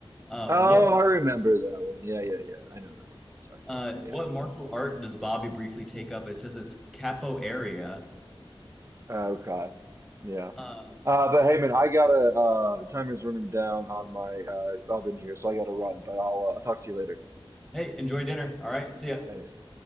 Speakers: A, in the centre; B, on the right (about 30°).
A: Uh,
B: Oh,
A: what
B: I remember that one. Yeah, yeah, yeah. I know that one that you're talking
A: uh,
B: about. Yeah.
A: what martial art does Bobby briefly take up? It says it's capoeira.
B: Okay. Yeah.
A: Uh,
B: Uh, but hey, man, I gotta. Uh, timer's running down on my uh, oven here, so I gotta run. But I'll uh, talk to you later.
A: hey, enjoy dinner. All right, see ya.
B: Thanks.